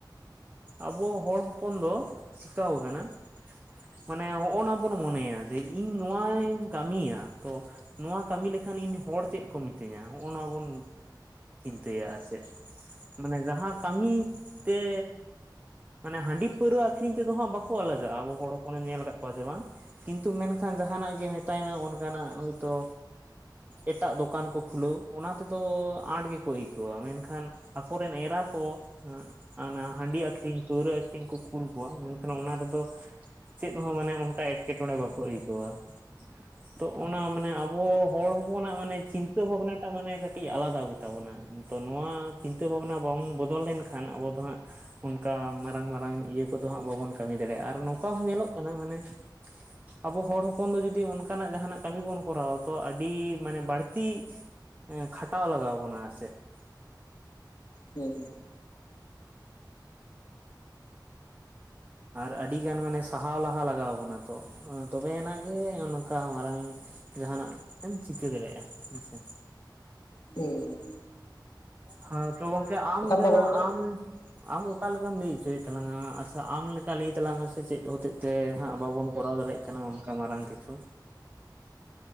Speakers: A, on the right; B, on the left.
A: ᱟᱵᱚ ᱦᱚᱲ ᱦᱚᱯᱚᱱ ᱫᱚ ᱪᱤᱠᱟᱹᱣ ᱠᱟᱱᱟ ᱢᱟᱱᱮ ᱦᱚᱜᱼᱱᱟ ᱵᱚᱱ ᱢᱚᱱᱮᱭᱟ ᱡᱮ ᱤᱧ ᱱᱚᱣᱟᱧ ᱠᱟᱹᱢᱤᱭᱟ ᱛᱚ ᱱᱚᱣᱟ ᱠᱟᱹᱢᱤ ᱞᱮᱠᱷᱟᱱ ᱤᱧ ᱦᱚᱲ ᱪᱮᱫ ᱠᱚ ᱢᱤᱛᱟᱹᱧᱟ ᱦᱚᱜᱼᱱᱟ ᱵᱚᱱ ᱪᱤᱱᱛᱟᱹᱭᱟ ᱟᱨ ᱪᱮᱫ ᱢᱟᱱᱮ ᱡᱟᱦᱟᱸ ᱠᱟᱹᱢᱤ ᱛᱮ ᱢᱟᱱᱮ ᱦᱟᱺᱰᱤ ᱯᱟᱹᱣᱨᱟᱹ ᱟᱹᱷᱨᱤᱧ ᱛᱮᱫᱚ ᱦᱟᱸᱜ ᱵᱟᱠᱚ ᱞᱟᱡᱟᱜᱼᱟ ᱟᱵᱚ ᱦᱚᱲ ᱦᱚᱯᱚᱱᱮᱢ ᱧᱮᱞ ᱟᱠᱟᱫ ᱠᱚᱣᱟ ᱡᱮ ᱵᱟᱝ ᱠᱤᱱᱛᱩ ᱠᱷᱟᱱ ᱡᱟᱦᱟᱸᱱᱟᱜ ᱜᱮ ᱢᱮᱛ ᱛᱟᱭ ᱢᱮ ᱚᱱᱠᱟᱱᱟᱜ ᱦᱚᱭᱛᱚ ᱮᱴᱟᱜ ᱫᱚᱠᱟᱱ ᱠᱚ ᱠᱷᱩᱞᱟᱹᱣ ᱚᱱᱟ ᱛᱮᱫᱚ ᱟᱸᱴ ᱜᱮᱠᱚ ᱟᱹᱭᱠᱟᱹᱣᱟ ᱢᱮᱱᱠᱷᱟᱱ ᱟᱠᱚᱨᱮᱱ ᱮᱨᱟ ᱠᱚ ᱚᱱᱟ ᱦᱟᱺᱰᱤ ᱟᱹᱠᱷᱨᱤᱧ ᱯᱟᱹᱣᱨᱟᱹ ᱟᱹᱠᱷᱨᱤᱧ ᱠᱚ ᱠᱩᱞ ᱠᱚᱣᱟ ᱢᱮᱱᱠᱷᱟᱱ ᱚᱱᱟ ᱨᱮᱫᱚ ᱪᱮᱫ ᱦᱚᱸ ᱢᱟᱱᱮ ᱚᱱᱠᱟ ᱮᱸᱴᱠᱮᱴᱚᱬᱮ ᱵᱟᱠᱚ ᱟᱹᱭᱠᱟᱹᱣᱟ ᱾ ᱛᱚ ᱚᱱᱟ ᱢᱟᱱᱮ ᱟᱵᱚ ᱦᱚᱲ ᱦᱚᱯᱚᱱᱟᱜ ᱢᱟᱱᱮ ᱪᱤᱱᱛᱟᱹ ᱵᱷᱟᱵᱱᱟᱴᱟᱜ ᱢᱟᱱᱮ ᱠᱟᱹᱴᱤᱡ ᱟᱞᱟᱫᱟ ᱛᱟᱵᱚᱱᱟ ᱱᱤᱛᱚ ᱱᱚᱣᱟ ᱪᱤᱱᱛᱟᱹ ᱵᱷᱟᱵᱱᱟ ᱵᱟᱝ ᱵᱚᱫᱚᱞ ᱞᱮᱱᱠᱷᱟᱱ ᱟᱵᱚ ᱫᱚ ᱦᱟᱸᱜ ᱚᱱᱠᱟ ᱢᱟᱨᱟᱝ ᱢᱟᱨᱟᱝ ᱤᱭᱟᱹ ᱠᱚᱫᱚ ᱦᱟᱸᱜ ᱵᱟᱵᱚᱱ ᱠᱟᱹᱢᱤ ᱫᱟᱲᱮᱭᱟᱜ-ᱟ ᱟᱨ ᱱᱚᱝᱠᱟ ᱦᱚᱸ ᱧᱮᱞᱚᱜ ᱠᱟᱱᱟ ᱢᱟᱱᱮ ᱟᱵᱚ ᱦᱚᱲ ᱦᱚᱯᱚᱱ ᱫᱚ ᱡᱩᱫᱤ ᱚᱱᱠᱟᱱᱟᱜ ᱡᱟᱦᱟᱱᱟᱜ ᱠᱟᱹᱢᱤ ᱵᱚᱱ ᱠᱚᱨᱟᱣᱟ ᱛᱚ ᱟᱹᱰᱤ ᱢᱟᱱᱮ ᱵᱟᱹᱲᱛᱤ ᱮᱸ ᱠᱷᱟᱴᱟᱣ ᱞᱟᱜᱟᱣ ᱵᱚᱱᱟ ᱟᱨ ᱪᱮᱫ ᱾
B: ᱦᱮᱸ
A: ᱟᱨ ᱟᱹᱰᱤ ᱜᱟᱱ ᱢᱟᱱᱮ ᱥᱟᱦᱟᱣ ᱞᱟᱦᱟ ᱞᱟᱜᱟᱣ ᱟᱵᱚᱱᱟ ᱛᱚ᱾ ᱟᱸ ᱛᱚᱵᱮ ᱟᱱᱟᱜ ᱜᱮ ᱱᱚᱝᱠᱟ ᱢᱟᱨᱟᱝ ᱡᱟᱦᱟᱸᱱᱟᱜ ᱮᱢ ᱪᱤᱠᱟᱹ ᱫᱟᱲᱮᱭᱟᱜᱼᱟ ᱦᱮᱸ ᱥᱮ᱾
B: ᱦᱮᱸ᱾
A: ᱦᱮᱸ ᱛᱚ ᱜᱚᱝᱠᱮ ᱦᱟᱜ ᱟᱢ ᱡᱟᱦᱟᱸ
B: ᱫᱚ ᱜᱚᱝᱠᱮ
A: ᱟᱢ ᱟᱢ ᱚᱠᱟ ᱞᱮᱠᱟᱢ ᱞᱟᱹᱭ ᱚᱪᱚᱭᱮᱫ ᱛᱟᱞᱟᱝᱟ᱾ ᱟᱪᱪᱷᱟ ᱟᱢ ᱞᱮᱠᱟ ᱞᱟᱹᱭ ᱛᱟᱞᱟᱝ ᱢᱮ ᱥᱮ᱾ ᱪᱮᱫ ᱦᱚᱛᱮᱡ ᱛᱮ, ᱦᱟᱸᱜ ᱵᱟᱵᱚᱱ ᱠᱚᱨᱟᱼᱣ ᱫᱟᱲᱮᱭᱟᱼᱜ ᱠᱟᱱᱟ ᱾ ᱚᱱᱠᱟ ᱢᱟᱨᱟᱝ ᱠᱤᱪᱷᱩ